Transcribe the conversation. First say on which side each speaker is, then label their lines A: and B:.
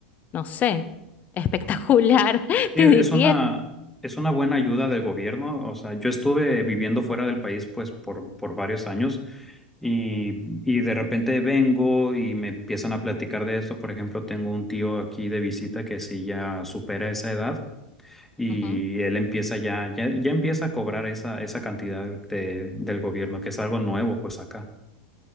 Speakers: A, on the left; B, in the centre.
A: no sé, espectacular, <laughs>
B: Sí,
A: te
B: es
A: diría.
B: una, es una buena ayuda del gobierno. O sea, yo estuve viviendo fuera del país pues por, por varios años y, y de repente vengo y me empiezan a platicar de eso. Por ejemplo, tengo un tío aquí de visita que sí ya supera esa edad y
A: Ujú.
B: él empieza ya, ya, ya empieza a cobrar esa, esa cantidad de, del gobierno, que es algo nuevo pues acá.